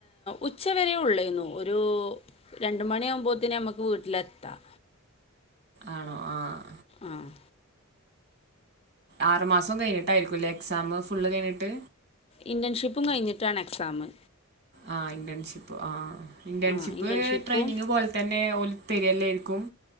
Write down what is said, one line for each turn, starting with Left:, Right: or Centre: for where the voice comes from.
Left: ഉച്ചവരെയേ ഉള്ളേനു ഒരു രണ്ട് മണിയാകുമ്പോഴത്തേനും അമുക്ക് വീട്ടിലെത്താം
Right: ആണോ ആഹ്
Left: ആഹ്
Right: ആറു മാസം കഴിഞ്ഞിട്ടായിരിക്കുംല്ലേ എക്സാം ഫുള്ള് കഴിഞ്ഞിട്ട്
Left: ഇൻറേൺഷിപ്പും കഴിഞ്ഞിട്ടാണ് എക്സാമ്
Right: ആഹ് ഇന്റേൺഷിപ്പ് ആ ഇന്റേൺഷിപ്പ്
Left: ആഹ് ഇന്റേൺഷിപ്പും
Right: ട്രെയിനിങ് പോലെ തന്നെ ഓല് ത്തെരിയല്ല ആയിരിക്കും